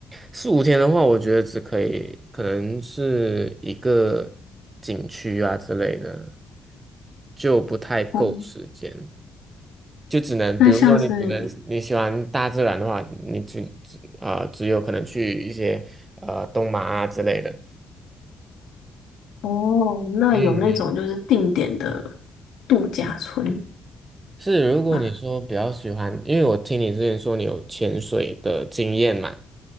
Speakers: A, on the right (about 25°); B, on the left (about 80°).
A: 四五天的话，我觉得只可以，可能是一个景区啊之类的，就不太够时间，
B: 嗯，
A: 就只能，
B: 那像是。
A: 比如说你只能你喜欢大自然的话，你只只啊、只有可能去一些呃东马啊之类的。
B: 哦，那有那种就是定点的
A: 嗯，
B: 度假村
A: 是，如果你说比较喜欢，
B: 啊，
A: 因为我听你之前说你有潜水的经验嘛。